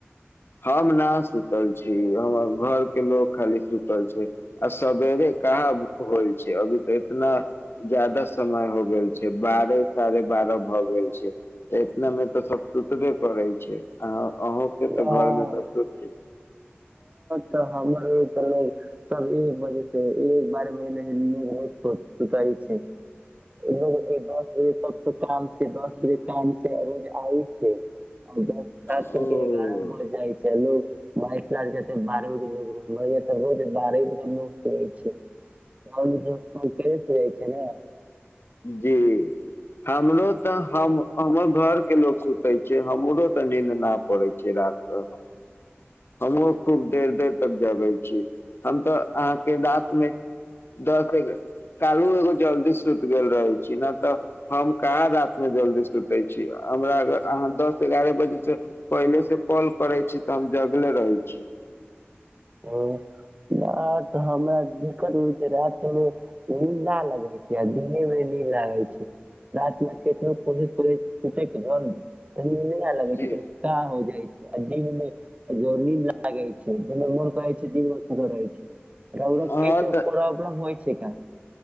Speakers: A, on the left; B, on the right.
A: हम न सुतल छी हमर घर के लोग खाली सुतल छै आ सबेरे क का होल छै अभी तऽ इतना ज्यादा समय हो गेल छै बारह साढ़े बारह भ गेल छै इतना मे तऽ सब सुतबे करै छै अहा अहाँकेँ घरमे
B: अ
A: सब स
B: तऽ हमरो तऽ सब एक बजे से एक बारह बजे ह रोजो सुतल छी
A: ह
B: लोग दस बजे तक काम से दस बजे काम से रोज आबे छै आब खा
A: ओ
B: पी के एगारह बजे जाइ छै लोग माक लाग बरहों लोकग रो य तऽ बत बारहोे कहु हौए छै कर रहै छै नै
A: जी हमरो तऽ हम हमर घर के लोग सुते छै हमरो तऽ नींद नहि पड़े छै हमहुँ खूब देर देर तक जगै छीय हम तऽ अहाँ के रात मे दस के काल्ही एगो जल्दी सुति गेल रहै छी न तऽ हम कहाँ राति मे जल्दी सुते छी हमरा अगर अहाँ दस ग्यारह बजे सँ पहिले से कॉल करै छी तऽ हम जगलै रहहि छी
B: हां नहि तऽ हमर दिक्कत होइ छै राति मे निंद ना लगैए छै दिने में लगै छै लगै छै रात कतबो को नहि लगे छै
A: जी
B: कनि का हो जाय छै जीव मे जोनी लागे छै ज मन दी ब्तध रह छै ओ ई
A: हँ
B: तऽ प्रबलम होइ छै कऽ